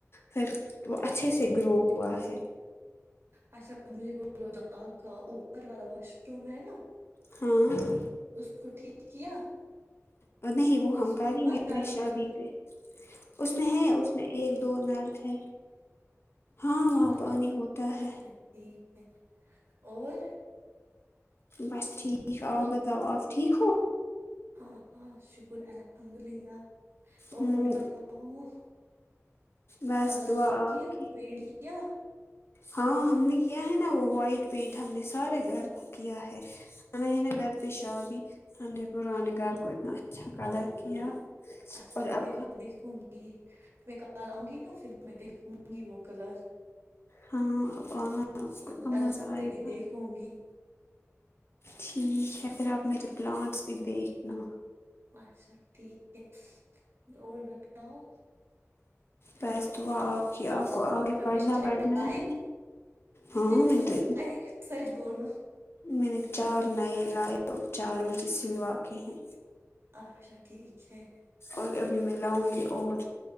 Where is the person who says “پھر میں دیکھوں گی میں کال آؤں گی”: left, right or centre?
Right